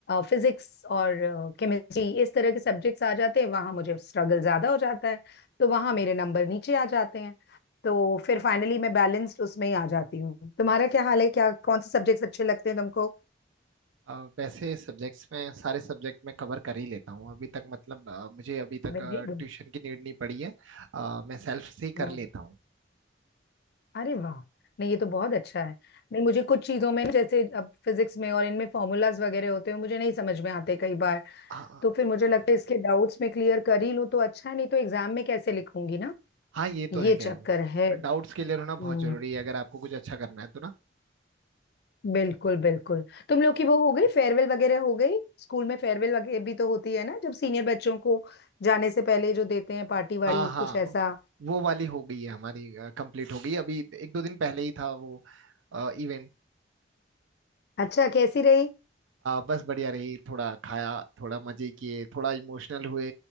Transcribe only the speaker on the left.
फिजिक्स और केमिस्ट्री इस तरह के सब्जेक्ट्स आ जाते हैं वहाँ मुझे स्ट्रगल ज्यादा हो जाता है तो वहाँ मेरे नंबर नीचे आ जाते हैं तो फिर फाइनली मैं बैलेंस्ड उसमें ही आ जाती हूँ तुम्हारा क्या हाल है क्या कौन से सब्जेक्ट्स अच्छे लगते हैं तुमको
Very good
बहुत
अरे वाह नहीं ये तो बहुत अच्छा है नहीं मुझे कुछ चीजों में ना जैसे अब फिजिक्स में और इनमें फॉर्मूलाज वगैरह होते हैं मुझे नहीं समझ में आते कई बार
तो फिर मुझे लगता है इसके डाउट्स में क्लियर कर ही लूं तो अच्छा है नहीं तो एग्जाम में कैसे लिखूंगी ना
ये
चक्कर है
हम्म
बिल्कुल बिल्कुल तुम लोग की वो हो गई फेयरवेल वगैरह हो गई स्कूल में फेयरवेल वगैरह भी तो होती है ना जब सीनियर बच्चों को जाने से पहले जो देते हैं पार्टी
वार्टी
कुछ
ऐसा
अच्छा कैसी रही